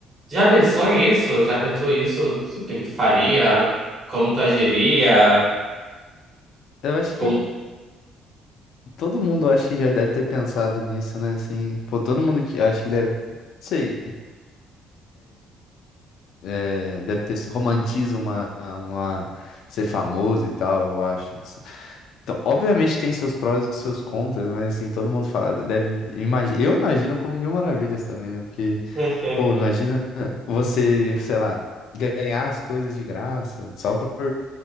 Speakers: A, on the right; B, on the left.
A: Já pensou isso? Já pensou isso? O que que tu faria? Como tu agiria?
B: Eu acho que
A: Como...
B: todo mundo acho que já deve ter pensado nisso, né? Assim, pô, todo mundo que acho que deve, sei, é, deve ter romantiza uma, uma ser famoso e tal, eu acho. Então, obviamente tem seus prós e seus contras, mas assim, todo mundo fala, deve, imagi- eu imagino como mil maravilhas também, né? Porque,
A: <laughs>
B: pô, imagina você, sei lá, ganhar as coisas de graça, só por